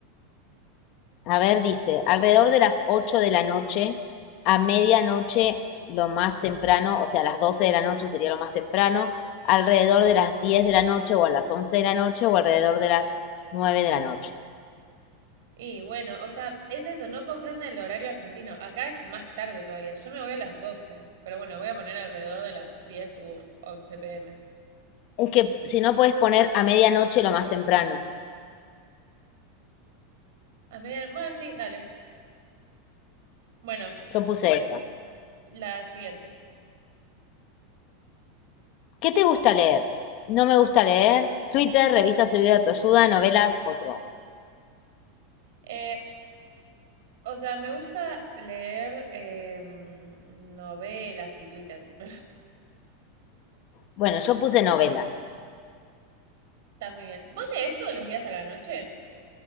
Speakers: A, on the left (about 35°); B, on the right (about 65°).
A: A ver, dice, alrededor de las 8 de la noche, a medianoche lo más temprano, o sea, a las 12 de la noche sería lo más temprano, alrededor de las 10 de la noche o a las 11 de la noche o alrededor de las 9 de la noche.
B: Y bueno, o sea, es eso, no comprende el horario argentino. Acá es más tarde todavía. Yo me voy a las 12, pero bueno, voy a poner alrededor de las diez u once pm.
A: Es que si no puedes poner a medianoche lo más temprano.
B: A medianoche, bueno, sí, dale. Bueno,
A: Yo puse esa.
B: la siguiente.
A: ¿Qué te gusta leer? No me gusta leer. Twitter, revistas y video de autoayuda, novelas, otro.
B: Eh, o sea, me gusta leer eh, novelas y Twitter. <laughs>
A: Bueno, yo puse novelas.
B: Está muy bien. ¿Vos lees todos los días a la noche?